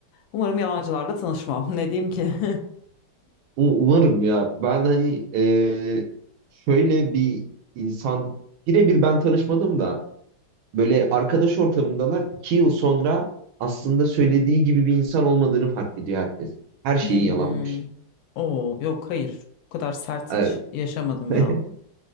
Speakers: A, on the left (about 80°); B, on the right (about 85°).
A: Umarım yalancılarla tanışmam. <laughs> Ne diyeyim ki? <laughs>
B: U- Umarım ya. Ben hani e, şöyle bir insan birebir ben tanışmadım da böyle arkadaş ortamındalar iki yıl sonra aslında söylediği gibi bir insan olmadığını fark ediyor herkes. Her şeyi
A: Hmm.
B: yalanmış.
A: Oo, yok hayır. Bu kadar sert
B: Evet.
A: hiç yaşamadım
B: <laughs>
A: ya